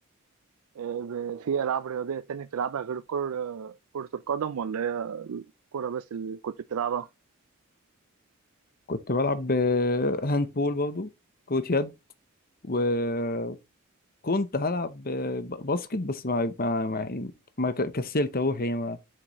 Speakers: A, on the right (about 70°); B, on the left (about 40°).
A: إيه، ب- في ألعاب رياضية تانية بتلعبها غير كرة كرة القدم ولا هي الكرة بس اللي كنت بتلعبها؟
B: كنت بلعب آه، هاند بول برضو كرة يد وكنت هلعب آه، ب- باسكت بس ما ما ما, ما ك- كسلت اروح يعني ما